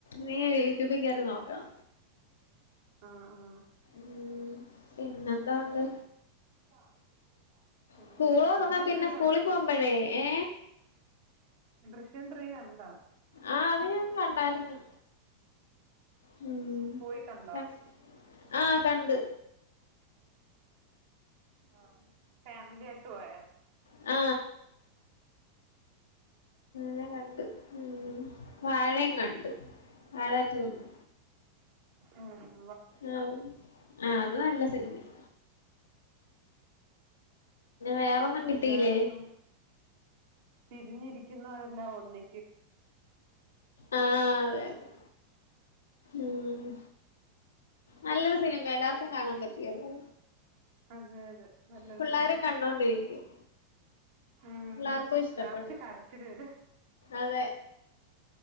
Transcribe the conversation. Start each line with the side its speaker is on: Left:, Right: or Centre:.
Left: നീ യൂട്യൂബി കേറി നോക്കാം
Right: ആ ആ
Left: മ് പിന്നെന്താ ഒണ്ട്
Right: <inaudible> പിന്നെണ്ട്
Left: സ്കൂളൊറന്നാ
Right: ദൃശ്യം
Left: പിന്നെ
Right: ത്രീ
Left: സ്കൂളീ പോമ്പഴേ ഏ
Right: ദ്യശ്യം ത്രീ കണ്ടാ
Left: ആ അത് ഞാൻ കണ്ടായിരുന്നു മ്മ്
Right: പോയി കണ്ടോ
Left: ആ കണ്ട്
Right: ആ ആ ഫാമിലിയായ്ട്ട് പോയാ
Left: ആ ഞാൻ കണ്ട് ഉം വാഴേം കണ്ട് വാഴാറ്റു വന്നു
Right: ഉം
Left: ആ ആ അത് നല്ല സി നിമയാ വേറൊന്നും കിട്ടിയില്ലേ
Right: എല്ലാടിക്കും തിരിഞ്ഞിരിക്കുന്നാൾ ണ്ടാവോന്നി
Left: ആഹ് അതെ അതെ ഉം നല്ലൊരു സിനിമ എല്ലാർക്കും കാണാൻ പറ്റിയതാ
Right: അതെ അതെ നല്ല
Left: പിള്ളാരും
Right: സിനിമ
Left: കണ്ടോണ്ടിരിക്കും
Right: ഉം.
Left: പിള്ളാർക്കും ഇഷ്ടപ്പെടും
Right: ലാസ്റ്റ് കരച്ചില് വരും.
Left: അതെ